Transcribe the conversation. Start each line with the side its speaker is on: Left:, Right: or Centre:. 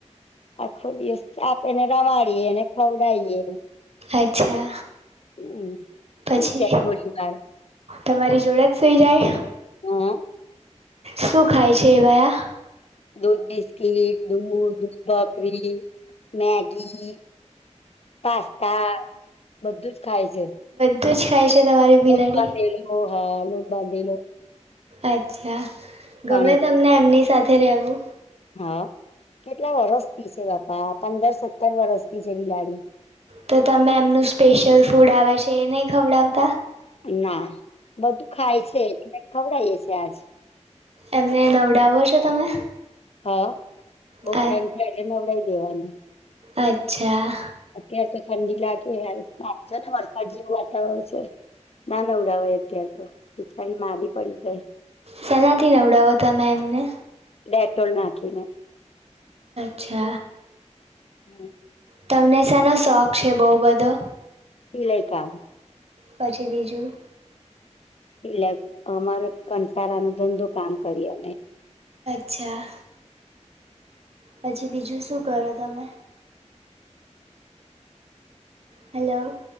Left: આખું દિવસ ચાપેને રમાડીએ ને ખવડાયએ
Right: અચ્છા
Left: હમ
Right: પછી
Left: સુઈ જાય થોડી વાર
Right: તમારી જોડ જ સઈ જાય
Left: હા
Right: શું ખાય છે એવાયા
Left: દધ બિસ્કીટ દધધ બકરી મેગી પાસ્તા બધું જ ખાય છે
Right: તું જ ખાય છે તમારી બિલાડી
Left: લોટ બાંધેલો હા લોટ બાંધેલો
Right: અચ્છા ગમે
Left: કણેક
Right: તમને એમની સાથે રહેવું
Left: હા કેટલા વરસથી છે બાપા પંદર સત્તર વરસથી છે બિલાડી
Right: તો તમે એમનું સ્પેશિયલ ફૂડ આવે છે એ નહી ખવડાવ
Left: ના બધું ખાય છે ખવડાયે છે આજ
Right: એમને નવડાવો છો તમે
Left: હા બઉ
Right: અ-
Left: ટાઈમથી એટલે નવડાઈ દેવાની
Right: અચ્છા
Left: અત્યારે તો ઠંડી લાગે આજોને વરસાદ જેવું વાતાવરણ છે ના નવડાય અત્યારેતો બિચારી મારી પડી જાય
Right: સલાથી નવડાવો તમે એમને
Left: ડેટોલ નાખીને
Right: છે
Left: હમ
Right: તમને શાનો શોખ છે બહુ બધો
Left: સિલાઈ કામ
Right: પછી બીજું
Left: એટલે અમારે કંસારાનો ધંધો કામ કરીએ
Right: અચ્છા પછી બીજું શું કરો તમે હલો